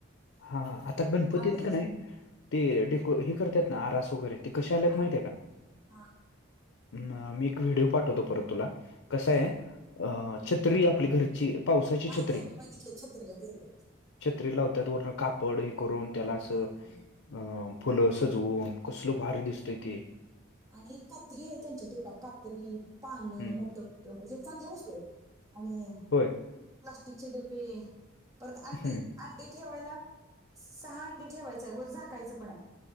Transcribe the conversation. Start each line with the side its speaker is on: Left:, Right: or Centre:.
Left: हा आता गणपतीत
Right: लयच
Left: का नाही ते डेको हे करतात ना आरास वगैरे. ते कसे आल्यात
Right: हा
Left: माहितीये का
Right: हा
Left: अ मी एक व्हिडिओ पाठवतो परत तुला. कसंय
Right: हा
Left: अ छत्री आपली घरची पावसाची
Right: माहिती
Left: छत्री.
Right: आहे मी बघितले छत्रीला करतात ते <inaudible>
Left: छत्री लावतात वरण कापड हे करून. त्याला असं
Right: हा बघितले
Left: अ फुलं
Right: बघितले
Left: सजवून कसल भारी
Right: हा
Left: दिसतंय ते.
Right: आणि कात्री आहे त्यांच्या <inaudible> कात्री पानं
Left: हम्म
Right: मोठ मोठ. म्हणजे चांगल्या वस्तू येतं आणि -
Left: होय
Right: प्लास्टिकचे डबे परत अंडी
Left: हम्म
Right: <inaudible> ते ठेवायला सहा अंडे ठेवायच ये वर झाकायचं पण ये.